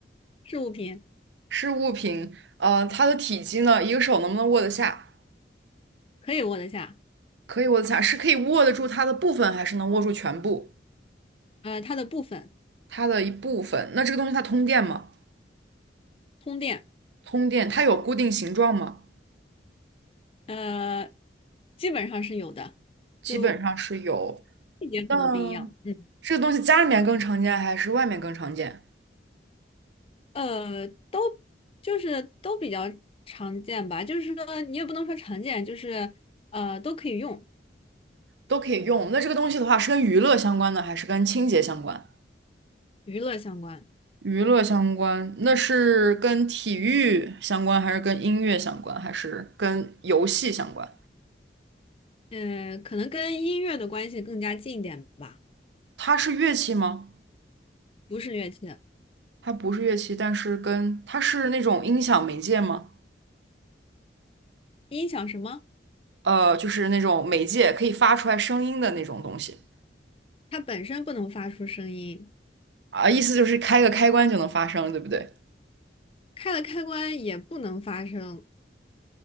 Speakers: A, on the left; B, on the right.
A: 是物品，
B: 是物品。呃，它的体积呢？一个手能不能握得下？
A: 可以握得下，
B: 可以握得下，是可以握得住它的部分，还是能握住全部？
A: 呃，它的部分，
B: 它的一部分。那这个东西它通电吗？
A: 通电，
B: 通电，它有固定形状吗？
A: 呃，基本上是有的，
B: 基本上是有。
A: 就细节可能不一样。
B: 那
A: 嗯。
B: 这个东西家里面更常见，还是外面更常见？
A: 呃，都就是都比较常见吧，就是说你也不能说常见，就是呃都可以用，
B: 都可以用。那这个东西的话，是跟娱乐相关的，还是跟清洁相关？
A: 娱乐相关，
B: 娱乐相关，那是跟体育相关，还是跟音乐相关，还是跟游戏相关？
A: 嗯、可能跟音乐的关系更加近一点吧，
B: 它是乐器吗？
A: 不是乐器，
B: 它不是乐器，但是跟它是那种音响媒介吗？
A: 音响什么，
B: 呃，就是那种媒介可以发出来声音的那种东西
A: 它本身不能发出声音，
B: 啊，意思就是开个开关就能发声，对不对？
A: 开了开关也不能发声，